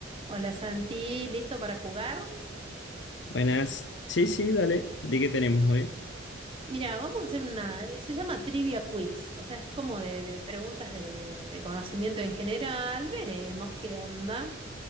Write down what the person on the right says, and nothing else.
Hola Santi, ¿listo para jugar?
Mira, vamos a hacer una... eh, Se llama Trivia Quiz, o sea, es como de, de preguntas de, de- de conocimiento en general. Veremos qué onda.